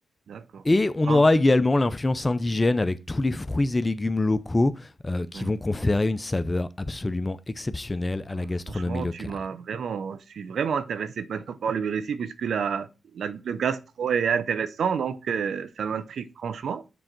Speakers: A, on the right; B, on the left.
A: d'accord.
B: Et on
A: Quand-
B: aura également l'influence indigène avec tous les fruits et légumes locaux euh, qui
A: oui.
B: vont conférer une saveur absolument exceptionnelle à
A: Bah,
B: la gastronomie
A: franchement,
B: locale.
A: tu m'as vraiment, je suis vraiment intéressé maintenant par le Brésil, puisque la, la- le gastro est intéressant, donc euh, ça m'intrigue franchement.